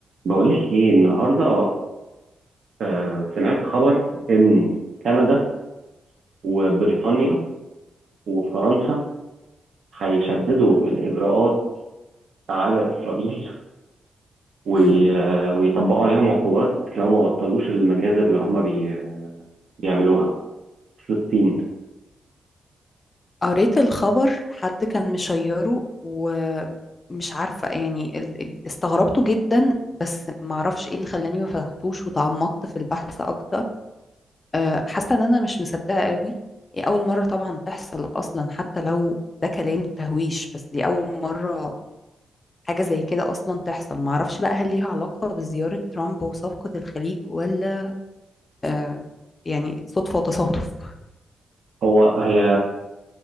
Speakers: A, on the right; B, on the left.
A: بقولك ايه النهارده آه سمعت خبر ان كندا وبريطانيا وفرنسا هيشددوا الاجراءات على اسرائيل وي-
B: مم.
A: آه، ويطبقوا عليهم عقوبات لو ما بطلوش المجازر اللي هم بي بيعملوها في فلسطين
B: قريت الخبر حد كان مشيره ومش عارفة يعني ال- ال- استغربته جدا بس معرفش ايه اللي خلاني ما فتحتوش وتعمقت في البحث اكتر أه، حاسة ان انا مش مصدقة قوي هي اول مرة طبعا تحصل اصلا حتى لو ده كلام تهويش بس دي اول مرة حاجة زي كده اصلا تحصل معرفش بقى هل ليها علاقة بزيارة ترامب وصفقة الخليج ولا أه، يعني صدفة وتصادف
A: هو هي